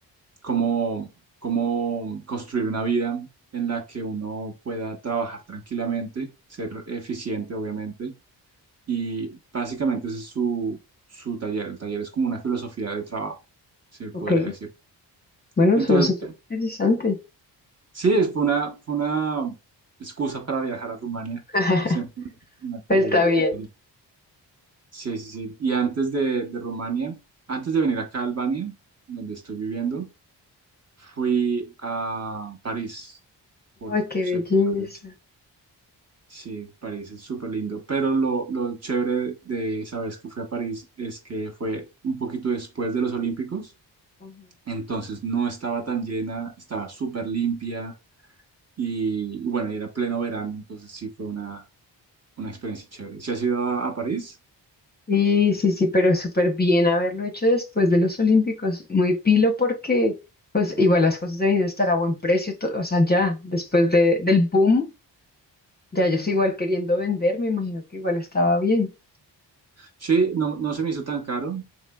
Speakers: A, on the right; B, on the left.
A: cómo, cómo construir una vida en la que uno pueda trabajar tranquilamente, ser eficiente, obviamente. Y básicamente ese es su, su taller. El taller es como una filosofía de trabajo, se podría
B: Ok,
A: decir.
B: bueno,
A: Entonces,
B: suena súper interesante.
A: Sí, es- fue una, fue una excusa para viajar a Rumania.
B: <laughs>
A: que Siempre me ha querido
B: Pues Está bien.
A: ir. Sí, sí, sí. Y antes de, de Rumania, antes de venir acá a Albania, donde estoy viviendo, fui a París por
B: Ay, qué
A: segunda
B: belleza.
A: vez. Sí, París es súper lindo. Pero lo, lo chévere de esa vez que fui a París es que fue un poquito después de los Olímpicos.
B: Ajá.
A: Entonces no estaba tan llena, estaba súper limpia. Y, y bueno, y era pleno verano, entonces sí fue una, una experiencia chévere. ¿Si has ido a, a París?
B: Sí, sí, sí, pero súper bien haberlo hecho después de los Olímpicos. Muy pilo porque, pues, igual las cosas deben estar a buen precio, to- o sea, ya, después de, del boom, ya ellos igual queriendo vender, me imagino que igual estaba bien.
A: Sí, no, no se me hizo tan caro.